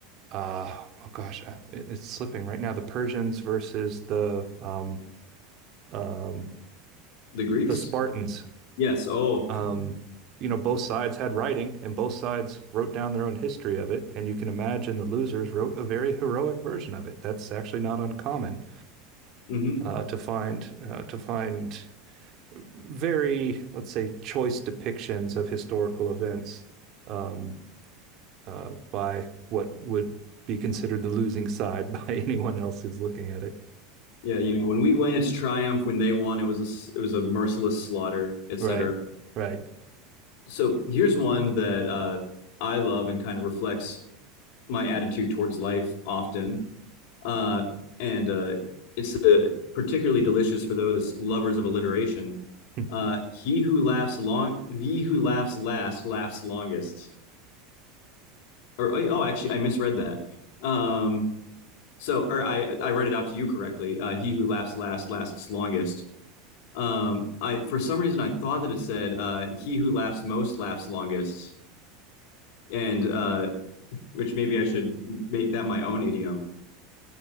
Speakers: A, on the right (about 45°); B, on the left (about 65°).
A: uh, oh gosh, uh, it- it's slipping right now. The Persians versus the um, um,
B: the greeks
A: the Spartans.
B: yes oh
A: Um, you know, both sides had writing, and both sides wrote down their own history of it. And you can imagine the losers wrote a very heroic version of it. That's actually not uncommon
B: hmm
A: uh, to find uh, to find. very, let's say, choice depictions of historical events um, uh, by what would be considered the losing side <laughs> by anyone else who's looking at it.
B: yeah you know when we win it's triumph when they won it was a it was a merciless slaughter etc
A: Right, right,
B: So here's one that uh, I love and kind of reflects my attitude towards life often. Uh, and uh, it's uh, particularly delicious for those lovers of alliteration.
A: <laughs>
B: Uh, he who laughs long, he who laughs last, laughs longest. Or oh, actually, I misread that. Um, so, or I I read it out to you correctly. Uh, he who laughs last, lasts longest. Um, I for some reason I thought that it said uh, he who laughs most laughs longest, and uh, which maybe I should make that my own idiom.